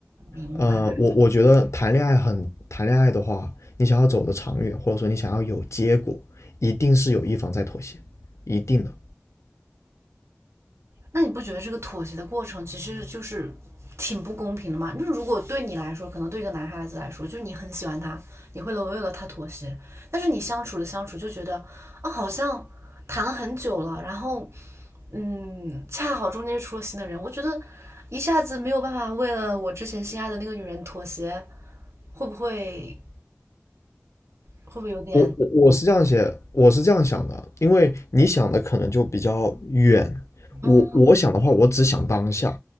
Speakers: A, on the right; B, on the left.
A: 明白。
B: 呃，我我觉得谈恋爱很谈恋爱的话，你想要走的长远，或者说你想要有结果，一定是有一方在妥协，一定的。
A: 那你不觉得这个妥协的过程其实就是挺不公平的吗？那如果对你来说，可能对一个男孩子来说，就是你很喜欢他，你会为了他妥协，但是你相处着相处就觉得啊，好像谈了很久了，然后嗯，恰好中间又出了新的人，我觉得一下子没有办法为了我之前心爱的那个女人妥协，会不会会不会有点
B: 我我我是这样写，我是这样想的，因为你想的可能就比较远，我我想的话，
A: 嗯？
B: 我只想当下，